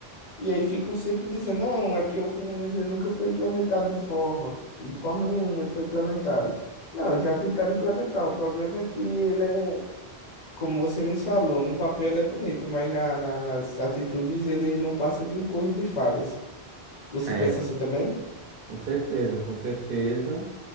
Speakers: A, on the left; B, on the right.
A: E aí ficam sempre dizendo, não, é porque o comunismo ele nunca foi implementado de forma, de forma nenhuma, ele foi implementado. Não, eles já tentaram implementar, o problema é que ele é como você me falou, no papel ele é bonito, mas na, na- nas atitudes ele não passa de um conto de fadas. Você
B: É,
A: pensa assim também?
B: com certeza, com certeza.